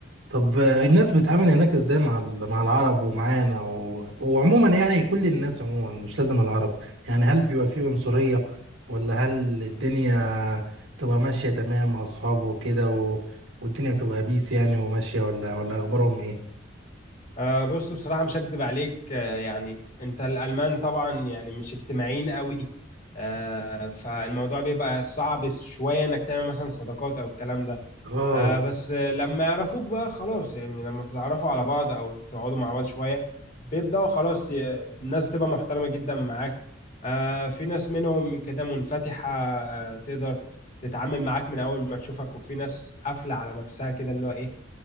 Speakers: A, on the right; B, on the left.
A: طب الناس بتتعامل هناك ازاي مع ال- مع العرب ومعانا و... وعموما يعني كل الناس عموما مش لازم العرب يعني هل بيبقى في عنصرية ولا هل الدنيا بتبقى ماشية تمام مع أصحابه وكده و... والدنيا بتبقى بيس يعني وماشية ولا ولا أخبارهم إيه؟
B: آه، بص بصراحة مش هكدب عليك آه، يعني انت الالمان طبعا يعني مش اجتماعيين قوي آه، فالموضوع بيبقى صعب شوية انك تعمل مثلا صداقات او الكلام ده
A: اه
B: آه بس آه، لما يعرفوك بقى خلاص يعني لما بتتعرفوا على بعض او تقعدوا مع بعض شويه بيبداوا خلاص ي- الناس بتبقى محترمه جدا معاك آه في ناس منهم كده منفتحه آه تقدر تتعامل معاك من اول ما تشوفك وفي ناس قافله على نفسها كده اللي هو ايه